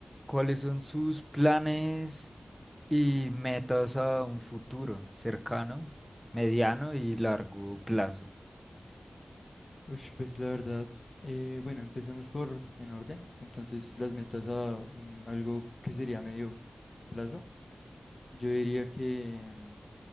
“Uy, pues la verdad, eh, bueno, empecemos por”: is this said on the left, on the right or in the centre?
Left